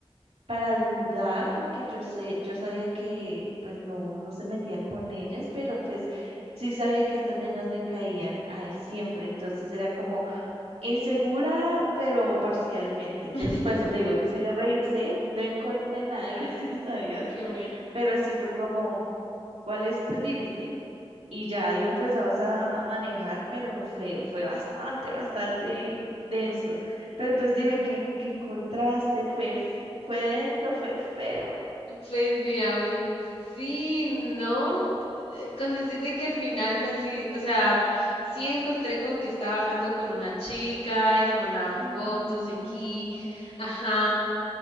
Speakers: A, on the right; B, on the left.
A: para dudar, porque yo sé, yo sabía que pues no, no se metía con ellas, pero pues sí sabía que estas nenas le caían a él siempre, entonces era como Insegura, pero parcialmente. Entonces,
B: <laughs>
A: para eso te digo, sí le revisé, no encontré nada, <laughs> gracias a Dios,
B: qué bueno.
A: pero sí fue como, ¿cuál es tu límite? Y ya lo empezabas a, a manejar, pero fue, fue bastante, bastante denso. Pero entonces dime, ¿qué, qué encontraste? ¿Fue, fue denso? ¿Fue feo?
B: Pues mira, pues, sí, no. Eh, Con decirte que al final fue así, o sea, sí encontré como que estaba hablando con una chica y se mandaban
A: Ay,
B: fotos y aquí,
A: no,
B: ajá.